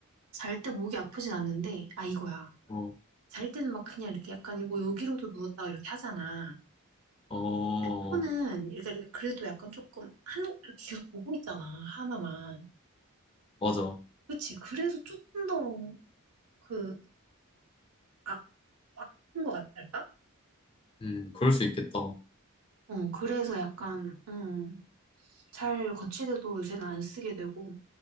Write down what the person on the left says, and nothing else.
어,
어,
맞아.
음, 그럴 수 있겠다.